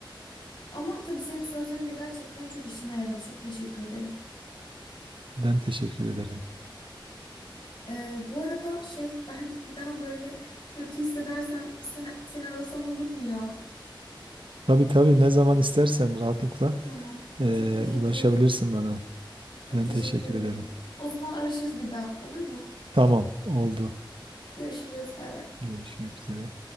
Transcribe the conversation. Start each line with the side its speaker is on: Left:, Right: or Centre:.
Left: Ama tabii senin sözlerin de gerçekten çok işime yaradı. Çok teşekkür ederim.
Right: Ben teşekkür ederim.
Left: Ee, bu arada şey <laughs> ben bir daha böyle kötü hissedersem seni, seni arasam olur mu ya?
Right: Tabii tabii ne zaman istersen rahatlıkla
Left: Tamam.
Right: e,
Left: Çok teşekkür
Right: ulaşabilirsin
Left: ederim.
Right: bana.
Left: Çok
Right: Ben
Left: teşekkür
Right: teşekkür
Left: ederim.
Right: ederim.
Left: O zaman araşırız bir daha olur mu?
Right: Tamam, oldu.
Left: Görüşürüz. Bay bay.
Right: Görüşmek üzere.